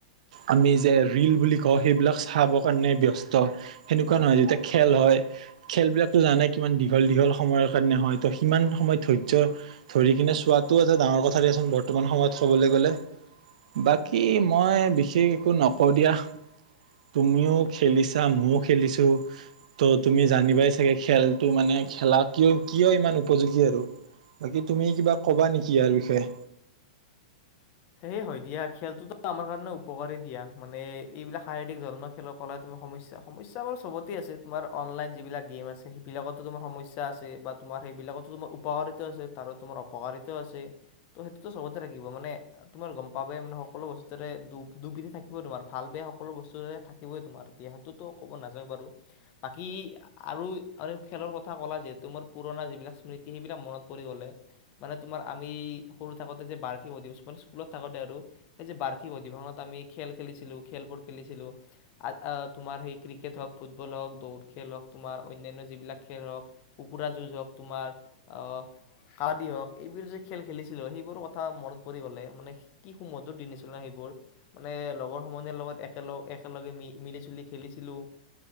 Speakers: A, on the right; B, on the left.
A: আমি যে ৰীল বুলি কওঁ সেইবিলাক চাবৰ কাৰণে ব্যস্ত। সেনেকুৱা নহয়, যেতিয়া খেল হয় খেলবিলাকতো জানাই কিমান দীঘল দীঘল সময়ৰ কাৰণে হয় ত সিমান সময় ধৈৰ্য্য ধৰি কিনে চোৱাটোও এটা ডাঙৰ কথা দিয়াচোন বৰ্তমান সময়ত ক'বলৈ গ'লে। বাকী মই বিশেষ একো নকওঁ দিয়া। তুমিও খেলিছা ময়ও খেলিছো। ত তুমি জানিবাই চাগে খেলটো মানে খেলা কিয় কিয় ইমান উপযোগী আৰু বাকী তুমি কিবা ক'বা নেকি ইয়াৰ বিষয়ে?
B: সেইয়ে হয় দিয়া খেলটোতো আমাৰ কাৰণে উপকাৰে দিয়া, মানে এইবিলাক শাৰীৰিক ধৰণৰ খেলৰ কলাই তুমি সমস্যা, সমস্যা বাৰু চবতে আছে তোমাৰ অনলাইন যিবিলাক গেম আছে সেইবিলাকতো তোমাৰ সমস্যা আছে, বাত তোমাৰ এইবিলাকতো তোমাৰ উপকাৰিতা আছে তাৰো তোমাৰ অপকাৰিতাও আছে, ত সেইটোতো সবতে থাকিব মানে তোমাৰ গম পাবাই মানে সকলো বস্তুতেৰে দু-দুপিঠি থাকিবৈ তোমাৰ ভাল বেয়া সকলো বস্তুৰে থাকিবই তোমাৰ এতিয়া তোতো ক'ব নাযায়ওঁ বাৰু, বাকী আৰু খেলৰ কথা কলা যিহেতু মোৰ পুৰণা যিবিলাক স্মৃতি সেইবিলাক মনত পৰি গলে। মানে তোমাৰ আমি সৰু থাকোতে যে বাৰ্ষিক অধিৱেশন মানে স্কুলত থাকোতে আৰু, সেই যে বাৰ্ষিক অধিৱেশনত আমি খেল খেলিছিলো খেলবোৰ খেলিছিলো। আ আ, তোমাৰ সেই ক্ৰিকেট হওক, ফুটবল হওক, দৌৰ খেল হওক, তোমাৰ অন্যান্য যিবিলাক খেল হওক কুকুৰা যুঁজ হওক, তোমাৰ অ কাবাডী হওঁক, এইবোৰ যে খেল খেলিছিলোঁ সেইবোৰ কথা মনত পৰি গ'লে মানে কি সুমধুৰ দিন আছিল ন সেইবোৰ? মানে লগৰ সমনীয়াৰ লগত একেল-একেলগে মি-মিলি জুলি খেলিছিলোঁ।